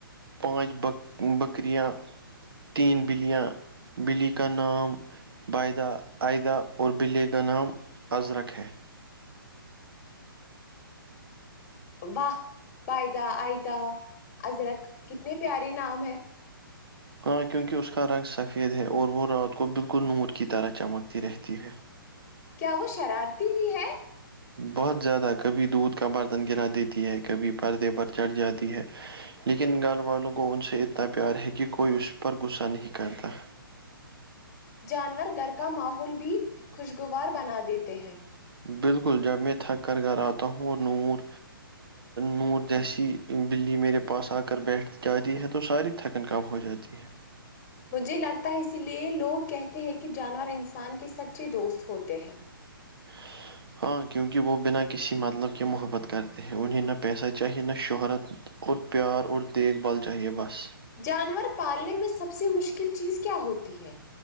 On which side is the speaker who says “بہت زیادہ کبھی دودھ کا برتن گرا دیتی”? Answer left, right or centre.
Right